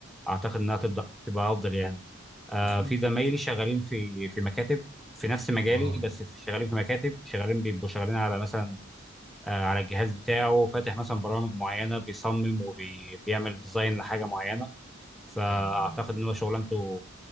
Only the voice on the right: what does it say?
بس انت
اه
طيب